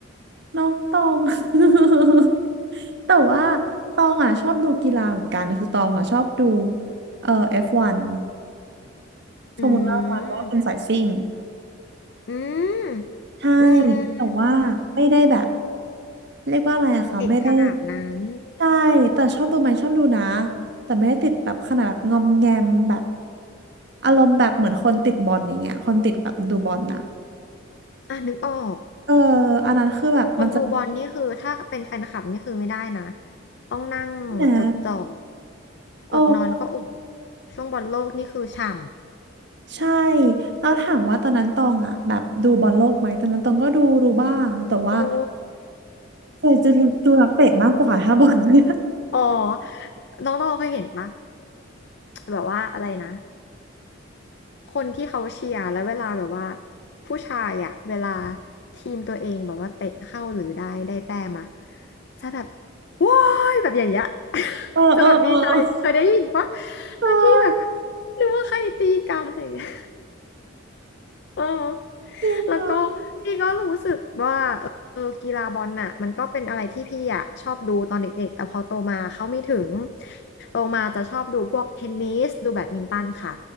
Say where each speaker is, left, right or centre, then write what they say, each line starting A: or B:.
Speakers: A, on the right; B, on the left.
A: เนาะตอง <laughs> แต่ว่าตองอ่ะชอบดูกีฬาเหมือนกันคือตองอ่ะชอบดูเอ่อ F1 ฟวันฟอร์มูล่าวันเพราะว่าเป็นสายซิ่ง
B: อืมอืม
A: ใช่
B: อืมอืมอืม
A: แต่ว่าไม่ได้แบบเรียกว่าอะไรอะคะไม่ได้
B: ติดขนาดนั้น
A: ใช่ แต่ชอบดูไหมชอบดูนะแต่ไม่ได้ติดแบบขนาดแบบงอมแงมแบบอารมณ์แบบเหมือนคนติดบอลอย่างเงี้ยคนติดแบบดูบอลนะ
B: อ่ะนึกออก
A: เอออันนั้นคือแบบมันจะมี
B: คนดูบอลนี่คือถ้าเป็นแฟนคลับนี่คือไม่ได้นะ ต้องนั่งจดจ่อ
A: นะ โอ้
B: อดนอนก็อดช่วงบอลโลกนี่คือฉ่
A: ใช่เราถามว่าตอนนั้นตองอ่ะแบบดูบอลโลกไหม ตอนนั้นตองก็ดูดูบ้างแต่ว่า
B: ำ ดู
A: เคยจะดูดูนักเตะมากกว่าถ้าบอลเนี่ย <laughs>
B: อ๋อน้องตองเคยเห็นปะแบบว่าอะไรนะ คนที่เขาเชียร์แล้วเวลาแบบว่าผู้ชายอ่ะเวลาทีมตัวเองแบบว่าเตะเข้าหรือได้ได้แต้มอะจะแบบว้ายแบบอย่างเงี้ย <laughs>
A: เออเออเออ
B: จะแบบดีใจเคยได้ยินปะ
A: ใช่
B: แล้วพี่แบบนึกว่าใครตีกันอะไรอย่างเลย เออ
A: จริงเหรอ
B: แล้วก็พี่ก็รู้สึกว่าเออกีฬาบอลน่ะมันก็เป็นอะไรที่พี่อ่ะชอบดูตอนเด็กๆแต่พอโตมาเขาไม่ถึงโตมาจะชอบดูพวกเทนนิสดูแบดมินตันค่ะ